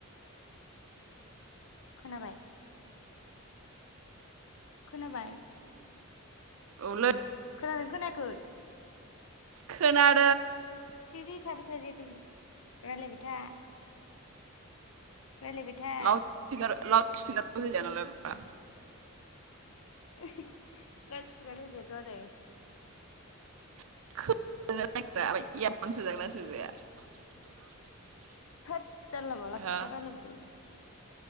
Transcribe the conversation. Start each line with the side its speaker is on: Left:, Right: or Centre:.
Left: खोनाबाय। खोनाबाय?
Right: औ लै
Left: खोनादोंना खोनायाखै?
Right: खोना
Left: सिरि थाबाय था जिथु रायलायबाय था। रायलायबाय था
Right: लाउद स्पिकार लाउद स्पिकारबो होजाया नालायब्रा।
Left: <unintelligible> लाउद स्पिकार होजायाथ' आरो।
Right: <unintelligible> इयारफन सोजागोना सोजाया?
Left: होद जानला मानला
Right: हो
Left: खोथा रायलायबाय थायो।